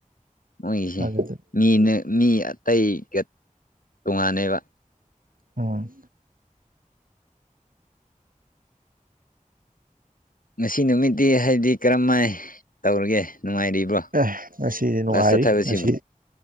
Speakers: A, on the left; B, on the right.
A: ꯃꯣꯏꯒꯤꯁꯦ
B: ꯑꯗꯨꯗꯤ
A: ꯃꯤꯅ ꯃꯤ ꯑꯇꯩꯒ ꯇꯣꯉꯥꯟꯅꯦꯕ
B: ꯎꯝ
A: ꯉꯁꯤ ꯅꯨꯃꯤꯠꯗꯤ ꯍꯥꯏꯗꯤ ꯀꯔꯝꯃꯥꯏ ꯇꯧꯔꯤꯒꯦ ꯅꯨꯡꯉꯥꯏꯔꯤꯕ꯭ꯔꯣ
B: ꯑꯦ ꯉꯁꯤꯗꯤ ꯅꯨꯡꯉꯥꯏꯔꯤ
A: ꯀ꯭ꯂꯥꯁ ꯆꯠꯊꯕꯁꯤꯕꯨ
B: ꯉꯁꯤ